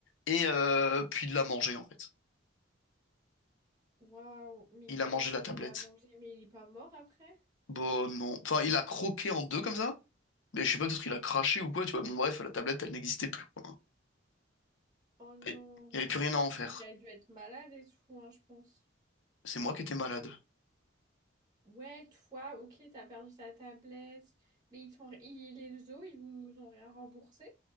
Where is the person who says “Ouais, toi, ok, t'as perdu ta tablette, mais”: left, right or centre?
Right